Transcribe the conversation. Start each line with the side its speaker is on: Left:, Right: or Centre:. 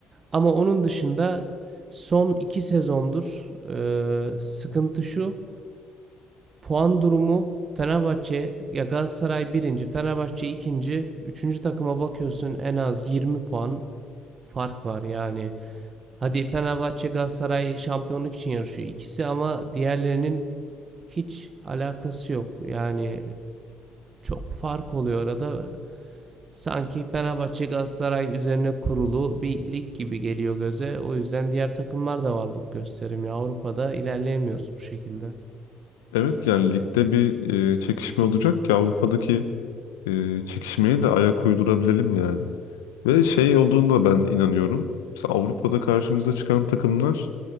Right: ama onun dışında son iki sezondur e, sıkıntı şu. Puan durumu Fenerbahçe ya Galatasaray birinci, Fenerbahçe ikinci, üçüncü takıma bakıyorsun en az 20 puan fark var yani. Hadi Fenerbahçe Galatasaray şampiyonluk için yarışıyor ikisi ama diğerlerinin hiç alakası yok. Yani çok fark oluyor arada. Sanki Fenerbahçe Galatasaray üzerine kurulu bir lig gibi geliyor göze. O yüzden diğer takımlar da varlık gösterim ya. Avrupa'da ilerleyemiyoruz bu şekilde.
Left: Evet yani ligde bir e, çekişme olacak ki Avrupa'daki e, çekişmeye de ayak uydurabilelim yani. Ve şey olduğunda ben inanıyorum. Mesela Avrupa'da karşımıza çıkan takımlar